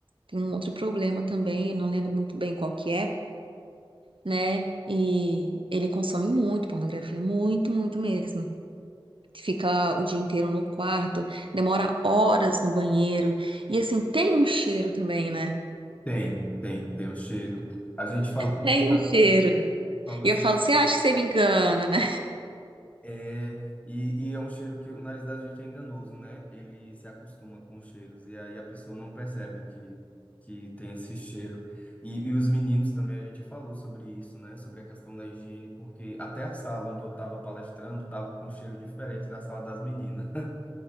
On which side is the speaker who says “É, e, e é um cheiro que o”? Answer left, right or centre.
Left